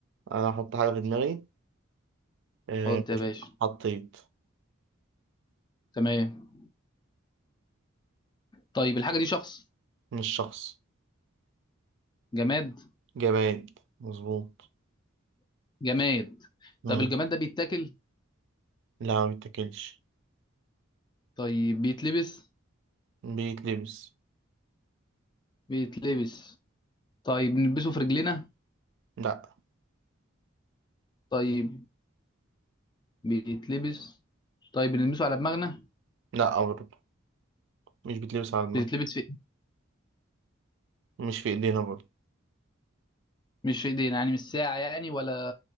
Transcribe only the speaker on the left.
حط يا
باشا
تمام طيب الحاجة دي شخص
جماد
جماد
طيب الجماد ده بيتاكل
طيب بيتلبس
بيتلبس طيب بنلبسه في رجلنا
طيب بيتلبس طيب بنلبسه على دماغنا
بيتلبس في إيه؟
مش في ايدينا يعني مش ساعة يعني ولا